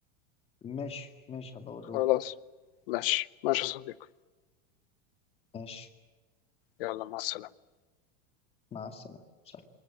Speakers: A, on the left (about 15°); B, on the left (about 45°).
A: ماشي ماشي هبقى اوريهولك
B: خلاص ماشي ماشي يا صديقي
A: ماشي
B: يلا مع السلامه
A: مع السلامه سلام.